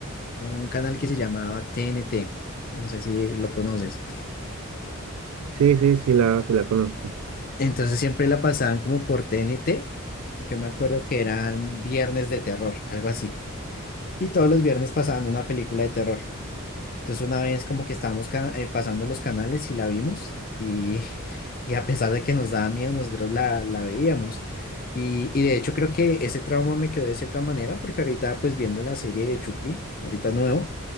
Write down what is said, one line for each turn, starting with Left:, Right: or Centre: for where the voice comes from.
Left: un canal que se llamaba TNT. No sé si lo conoces.
Right: Sí, sí, sí la, sí la conozco.
Left: Entonces siempre la pasaban como por TNT. Yo me acuerdo que eran viernes de terror, algo así. Y todos los viernes pasaban una película de terror. Entonces una vez como que estábamos ca- eh, pasando los canales y la vimos. Y, y a pesar de que nos daba miedo, nosotros la, la veíamos. Y, y de hecho creo que ese trauma me quedó de cierta manera porque ahorita pues viendo la serie de Chucky, ahorita nuevo.